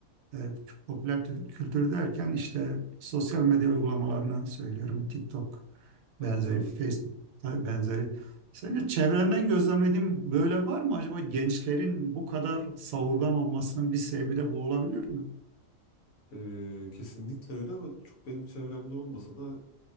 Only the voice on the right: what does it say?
e, popüler tü- kültür derken işte sosyal medya uygulamalarını söylüyorum. TikTok
benzeri,
Facebook benzeri. Sence çevrenden gözlemlediğin böyle var mı? Acaba gençlerin bu kadar savurgan olmasının bir sebebi de bu olabilir mi?